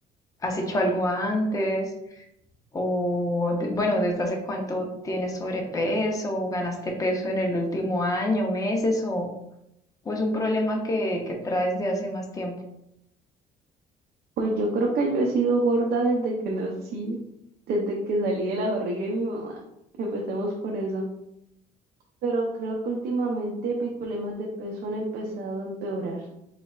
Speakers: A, on the left (about 20°); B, on the right (about 65°).
A: ¿Has hecho algo antes? O, de- bueno, ¿desde hace cuánto tienes sobrepeso? ¿Ganaste peso en el último año, meses? ¿O, o es un problema que, que traes de hace más tiempo?
B: Pues yo creo que yo he sido gorda desde que nací, desde que salí de la barriga de mi mamá. Empecemos por eso. Pero creo que últimamente mis problemas de peso han empezado a empeorar.